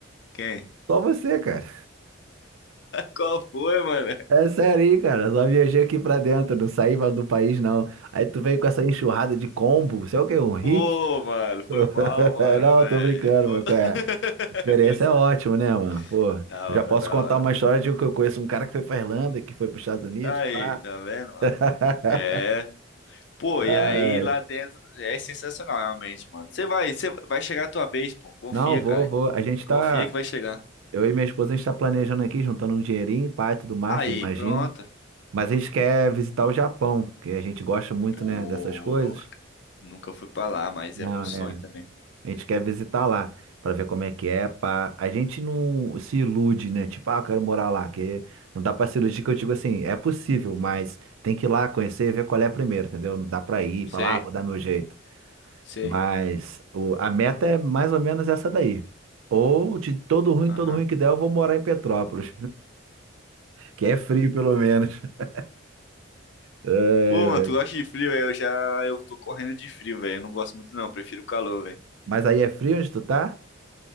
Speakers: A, on the left; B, on the right.
A: Quem?
B: Só você, cara.
A: Qual foi, mano?
B: É sério aí, cara. Só viajei aqui pra dentro, não saí pra- do país, não. Aí tu veio com essa enxurrada de combo. Você é o quê? Um hit?
A: Pô, mano, foi mal,
B: <laughs>
A: mano,
B: Não,
A: velho.
B: tô brincando,
A: <laughs>
B: mano. Qual é? Experiência é ótima, né, mano? Pô,
A: Da
B: eu já
A: hora,
B: posso
A: da
B: contar
A: hora.
B: uma história de que eu conheço um cara que foi pra Irlanda, que foi pros Estados Unidos.
A: Aí,
B: Pá.
A: tá vendo, mano?
B: <laughs>
A: É. Pô,
B: Ai.
A: e aí lá dentro é sensacional, realmente, mano. Você vai, você vai chegar a tua vez, pô. Confia,
B: Não, vou,
A: cara.
B: vou. A gente tá.
A: Confia que vai chegar.
B: Eu e minha esposa, a gente está planejando aqui, juntando um dinheirinho, pai, tudo mais,
A: Aí,
B: tu imagina.
A: pronto.
B: Mas a gente quer visitar o Japão, que a gente gosta muito,
A: Pô,
B: né, dessas coisas.
A: nunca fui pra lá, mas
B: Não,
A: é meu sonho
B: é,
A: também.
B: a gente quer visitar lá, para ver como é que é, pá. A gente não se ilude, né? Tipo, ah, eu quero morar lá, que não dá para se iludir, que eu digo assim, é possível, mas tem que ir lá conhecer e ver qual é primeiro, entendeu? Não dá para ir e
A: Sei,
B: falar, ah, vou dar meu jeito.
A: sei.
B: Mas o- a meta é mais ou menos essa daí. Ou de todo ruim,
A: Aham.
B: todo ruim que der, eu vou morar em Petrópolis. Que é frio, pelo menos. <laughs> Ai,
A: Pô, mano,
B: ai.
A: tu gosta de frio, é? Eu já, eu tô correndo de frio, velho. Eu não gosto muito, não. Eu prefiro o calor, velho.
B: Mas aí é frio onde tu tá?